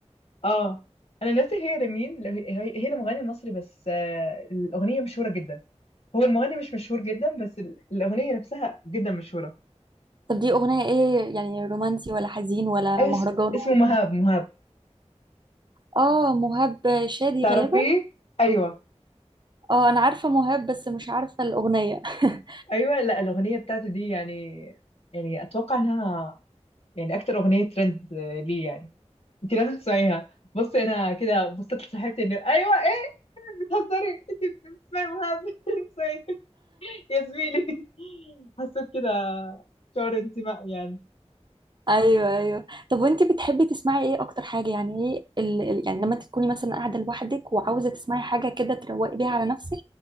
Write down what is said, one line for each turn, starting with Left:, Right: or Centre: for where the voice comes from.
Left: اه انا ناسي هي لمين ل- هي هي لمغني مصري بس آه، الاغنيه مشهوره جدا هو المغني مش مشهور جدا بس ال- الأغنية نفسها جدا مشهورة
Right: طب دي اغنية ايه يعني رومانسي ولا حزين ولا
Left: أيوة
Right: مهرجان
Left: اس- اسمه
Right: ولا
Left: مهاب
Right: ايه
Left: مهاب
Right: اه مهاب شادي
Left: تعرفيه؟
Right: غالبا
Left: أيوة
Right: اه انا عارفة مهاب بس مش عارفة الأغنية <laughs>
Left: أيوة لا الأغنية بتاعته دي يعني يعني أتوقع إنها يعني أكتر أغنية ترند آه، ليه يعني أنت لازم تسمعيها بصي أنا كده بصيت لصاحبتي إنه أيوة إيه بتهزري أنت بتسمعي مهاب <laughs> بتسمعي يا زميلي <laughs> حسيت كده شعور انتماء يعني
Right: ايوه ايوه طب وانتي بتحبي تسمعي ايه اكتر حاجة يعني ايه ال... ال- يعني لما انت تكوني مثلا قاعدة لوحدك وعاوزة تسمعي حاجة كده تروقي بيها على نفسك